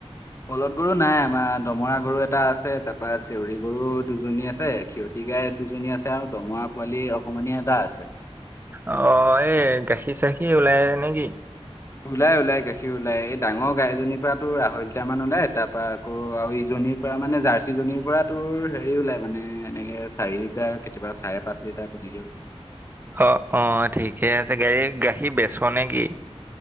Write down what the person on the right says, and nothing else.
অ এই গাখীৰ চাখীৰ ওলাই নেকি?
অ অ ঠিকে আছে গাড়ীৰ গাখীৰ বেচ নে কি?